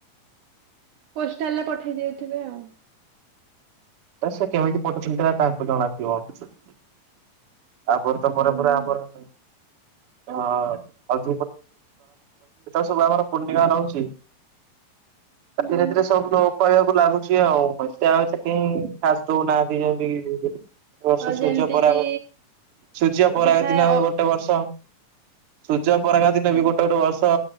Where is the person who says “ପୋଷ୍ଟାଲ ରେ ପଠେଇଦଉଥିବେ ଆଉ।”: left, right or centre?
Right